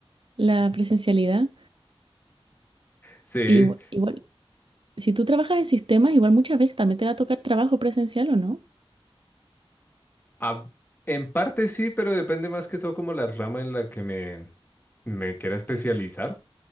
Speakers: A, on the right (about 60°); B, on the left (about 20°).
A: la presencialidad.
B: sí,
A: Y, igual, si tú trabajas en sistemas, igual muchas veces también te va a tocar trabajo presencial, ¿o no?
B: a- en parte sí, pero depende más que todo como la rama en la que me, me quiera especializar.